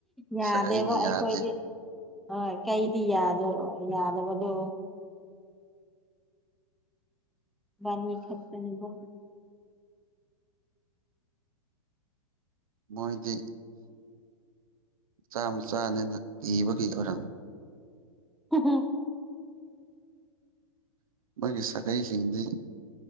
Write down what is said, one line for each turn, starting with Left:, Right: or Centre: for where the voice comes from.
Centre: ꯌꯥꯗꯦꯕ
Right: ꯁꯥꯒꯩꯅ
Centre: ꯑꯩꯈꯣꯏꯗꯤ꯫
Right: ꯌꯥꯗꯦ
Centre: ꯍꯣꯏ ꯀꯩꯗꯤ ꯌꯥꯗꫭ ꯌꯥꯗꯕꯗꯣ꯫ ꯏꯕꯅꯤ ꯈꯛꯇꯅꯦꯕ꯫
Right: ꯃꯣꯏꯗꯤ ꯆꯥꯝꯃ ꯆꯥꯅꯦꯅ ꯏꯕꯒꯤ ꯑꯣꯏꯔꯝ
Centre: <unintelligible>
Right: ꯃꯣꯏꯒꯤ ꯁꯥꯒꯩꯁꯤꯡꯗꯤ